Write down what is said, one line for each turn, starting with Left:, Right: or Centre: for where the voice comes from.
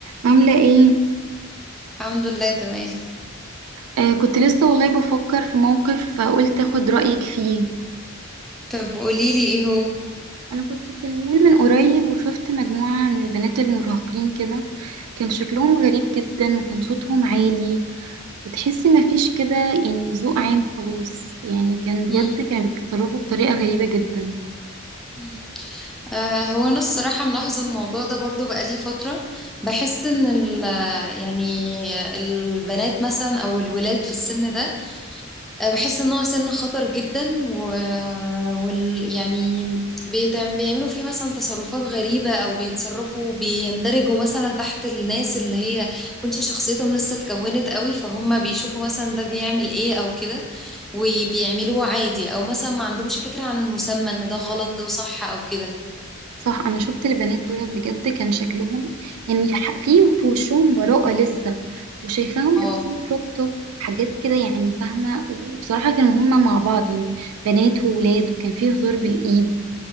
Right: عاملة ايه؟
Centre: الحمد لله تمام
Right: آه كنت لسه والله بفكر في موقف آه، قلت اخد رأيك فيه
Centre: طب قوليلي ايه هو
Right: انا كنت في المول من قريب وشفت مجموعة من البنات المراهقين كده كان شكلهم غريب جدا وكان صوتهم عالي وتحسي مفيش كده يعني ذوق عام خلاص يعني كان بجد
Centre: مم.
Right: كانوا بيتصرفوا بطريقة غريبة جدا
Centre: مم. آه هو انا الصراحة ملاحظة الموضوع ده برضو بقالي فترة بحس ان ال يعني البنات مثلا او الولاد في السن ده آه بحس ان هو سن خطر جدا و وال يعني بيتعم- بيعملوا فيه مثلا تصرفات غريبة او بيتصرفوا بيندرجوا مثلا تحت الناس اللي هي كنتش شخصيتهم لسه اتكونت قوي فهم بيشوفوا مثلا ده بيعمل ايه او كده وبيعملوه عادي او مثلا ما عندهمش فكرة عن المسمى ان ده غلط ده صح او كده
Right: صح انا شفت البنات دول بجد كان شكلهم يعني الح- في في وشهم براءة لسه وشايفاهم
Centre: اه
Right: لابسين كروب توب وحاجات كده يعني فاهمة وبصراحة كانوا هما مع بعض يعني بنات وولاد وكان فيه هزار بالإيد